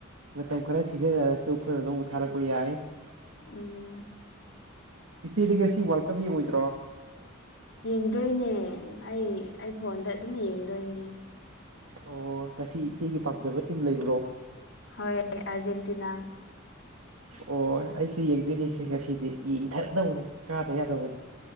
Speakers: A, on the right; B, on the left.
A: ꯃꯇꯝ ꯈꯔ ꯁꯤꯖꯤꯟꯅꯔꯁꯨ ꯑꯩꯈꯣꯏꯗꯥꯔꯣꯝꯗ ꯑꯃꯨꯛ ꯊꯥꯔꯛꯄ ꯌꯥꯏ
B: ꯎꯝ
A: ꯏꯆꯦꯗꯤ ꯉꯁꯤ ꯋꯥꯔꯜ ꯀꯞ ꯌꯦꯡꯉꯣꯏꯗ꯭ꯔꯣ
B: ꯌꯦꯡꯗꯣꯏꯅꯦ ꯑꯩ ꯑꯩ ꯐꯣꯟꯗ ꯑꯗꯨꯝ ꯌꯦꯡꯗꯣꯏꯅꯦ
A: ꯑꯣ ꯉꯁꯤ ꯏꯆꯦꯒꯤ ꯄꯥꯝꯖꯕ ꯇꯤꯝ ꯂꯩꯕ꯭ꯔꯣ
B: ꯍꯣꯏ ꯑꯥꯔꯖꯦꯟꯇꯤꯅꯥ
A: ꯑꯣ ꯑꯩꯁꯨ ꯌꯦꯡꯗꯣꯏꯅꯦꯁꯦ ꯉꯁꯤꯗꯤ ꯌꯦꯡꯊꯔꯗꯕꯅꯤ ꯀꯥꯗ ꯌꯥꯗꯕꯅꯤ